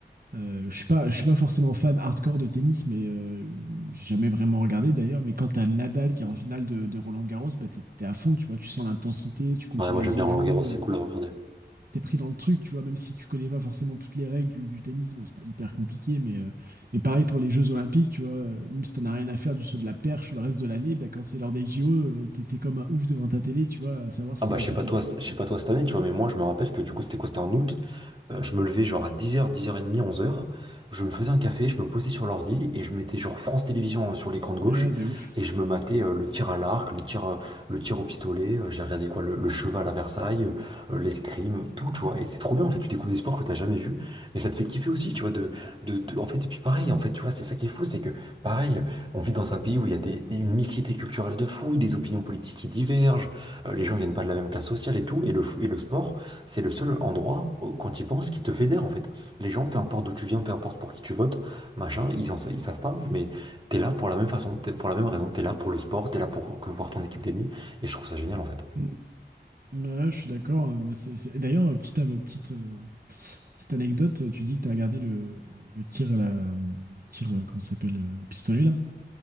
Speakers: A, on the right; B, on the right.
A: Euh, je suis pas, je suis pas forcément fan hardcore de tennis, mais euh, j'ai jamais vraiment regardé d'ailleurs. Mais quand t'as Nadal qui est en finale de, de Roland-Garros, bah t'es t'es à fond, tu vois, tu sens l'intensité, tu comprends
B: Ouais, moi
A: les
B: j'aime bien
A: enjeux
B: Roland Garros, c'est cool à regarder.
A: t'es pris dans le truc, tu vois, même si tu connais pas forcément toutes les règles du, du tennis, bon, c'est pas hyper compliqué, mais, euh, mais pareil pour les Jeux Olympiques, tu vois, euh, même si t'en as rien à faire du saut de la perche le reste de l'année, bah, quand c'est l'heure des JO, euh, t'es t'es comme un ouf devant ta télé, tu vois, à savoir s'il
B: Ah bah je
A: va
B: sais
A: sauter
B: pas toi,
A: plus
B: je
A: haut, tu
B: sais
A: vois.
B: pas toi cette année, tu vois, mais moi je me rappelle que du coup c'était quoi? C'était en août. Euh, je me levais genre à 10h, 10h30, onze heures. Je me faisais un café, je me posais sur l'ordi et je mettais genre France Télévisions hein, sur l'écran de gauche
A: Ouais, de ouf.
B: et je me matais euh, le tir à l'arc, le tir, euh, le tir au pistolet, euh, j'ai regardé quoi, le, le cheval à Versailles, euh, l'escrime, tout, tu vois. Et c'est trop bien en fait, tu découvres des sports que t'as jamais vus, mais ça te fait kiffer aussi, tu vois, de, de, de- en fait, et puis pareil, en fait, tu vois, c'est ça qui est fou, c'est que pareil, on vit dans un pays où il y a des, des- une mixité culturelle de fou, des opinions politiques qui divergent, euh, les gens viennent pas de la même classe sociale et tout, et le, fo- et le sport. C'est le seul endroit, au- quand tu y penses, qui te fédère en fait. Les gens, peu importe d'où tu viens, peu importe pour qui tu votes, machin, ils, en, sa- ils savent pas, mais t'es là pour la même façon, t'es pour la même raison, t'es là pour le sport, t'es là pour que voir ton équipe gagner, et je trouve ça génial en fait.
A: Mm. Ouais, je suis d'accord. euh, bah, c'est- c'est- D'ailleurs, euh, petite, euh, petite, euh, petite anecdote, euh, tu dis que t'as regardé le, le tir, à la, le tir, euh, comment ça s'appelle, euh, au pistolet, là?